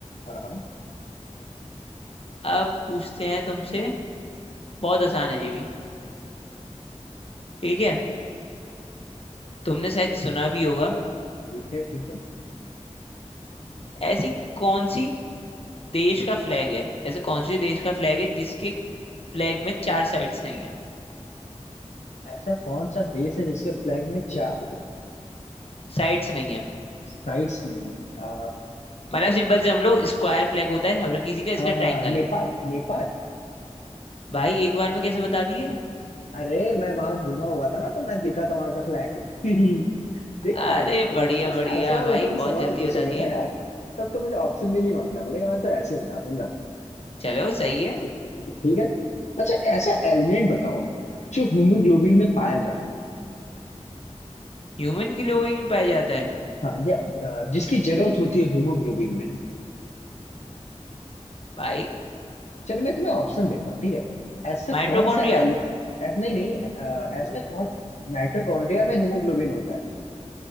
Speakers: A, on the left; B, on the left.
A: हाँ हाँ
B: अब पूछते हैं तुमसे बहुत आसान है जी भी ठीक है तुमने शायद सुना भी होगा
A: ठीक है ठीक है
B: ऐसी कौन सी देश का फ्लैग है ऐसे कौन से देश का फ्लैग है जिसके फ्लैग में चार साइड्स नहीं है
A: ऐसा कौन सा देश है जिसके फ्लैग में चार
B: साइड्स नहीं है
A: साइड्स नहीं है आ,
B: मतलब सिंपल से हम लोग स्क्वायर फ्लैग होता है हर किसी का इसका
A: हाँ
B: ट्रायंगल
A: हाँ नेपाल
B: है
A: नेपाल
B: भाई एक बार में कैसे बता दिए
A: अरे मैं वहां घूमा हुआ था ना तो मैं देखा था वहां का फ्लैग <laughs> देखा
B: अरे
A: भाई
B: बढ़िया
A: ऐसे
B: बढ़िया
A: आसान
B: भाई
A: आसान
B: बहुत
A: सवाल
B: जल्दी
A: पूछोगे
B: बता
A: ना
B: दिए
A: यार तब तो मुझे ऑप्शन भी नहीं मांगना पड़ेगा मैं तो ऐसे ही बता दूंगा
B: चलो सही है
A: ठीक है अच्छा ऐसा एलिमेंट बताओ जो हीमोग्लोबिन में पाया जाता है
B: ह्यूमन ग्लोइंग में पाया जाता है
A: हाँ या- अ, जिसकी जरूरत होती है हीमोग्लोबिन में
B: भाई
A: चलो मैं तुम्हें ऑप्शन देता हूँ ठीक है ऐसा
B: माइटोकॉन्ड्रिया
A: कौन सा एलि ऐ- नहीं नहीं अ, ऐसा कौन माइटोकॉन्ड्रिया में हीमोग्लोबिन होता है